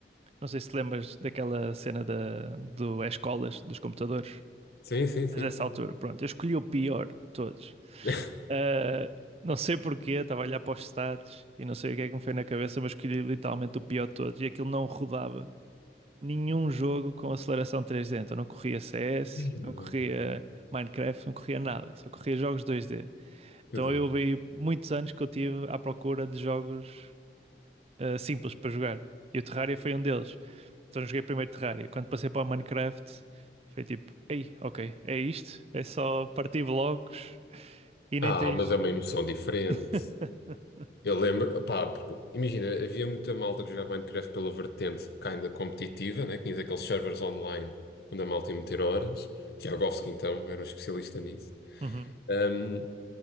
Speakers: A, on the right; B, on the left.
A: não sei se te lembras daquela cena da, do é escolas dos computadores.
B: Sim, sim, sim,
A: Mas dessa
B: sim.
A: altura, pronto, eu escolhi o pior de todos.
B: <laughs>
A: Ah, não sei porquê, estava a olhar para os stats e não sei o que é que me foi na cabeça, mas escolhi literalmente o pior de todos e aquilo não rodava nenhum jogo com aceleração 3D. Então não corria CS,
B: Ih,
A: não corria
B: bem,
A: Minecraft, não corria nada, só corria jogos 2D. Então
B: Que dor.
A: eu vi muitos anos que eu tive à procura de jogos ah, simples para jogar. E o Terraria foi um deles. Então joguei primeiro Terraria. Quando passei para o Minecraft, foi tipo, ei, ok, é isto, é só partir blocos e nem
B: Ah,
A: tens.
B: mas é uma emoção diferente.
A: <laughs>
B: Eu lembro, pá, porque imagina, havia muita malta que jogava Minecraft pela vertente kinda competitiva, né? Tinhas aqueles servers online onde a malta ia meter horas. Tiagovski, então, era um especialista nisso.
A: Uhum,
B: Ahm,